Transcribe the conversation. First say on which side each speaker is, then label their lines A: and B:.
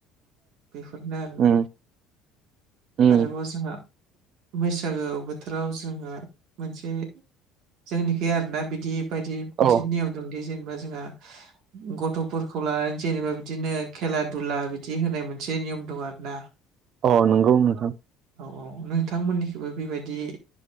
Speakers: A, on the right (about 65°); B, on the right (about 50°).
A: बेफोरनो आरोना
B: उम। उम
A: आरोबाव जोङा बैसागो बोथोराव जोङो मोनसे जोंनिखै आरोना बिदि बायदि मोनसे
B: औ
A: नियम दंदि जेनेबा जोंहा गथ'फोरखौ लानानै जेनेबा बिदिनो खेला दुला बिदि होनाय मोनसे नियम दं आरो ना?
B: अ नंगौ नोंथां।
A: औ औ नोंथांमोननिखिबो बेबायदि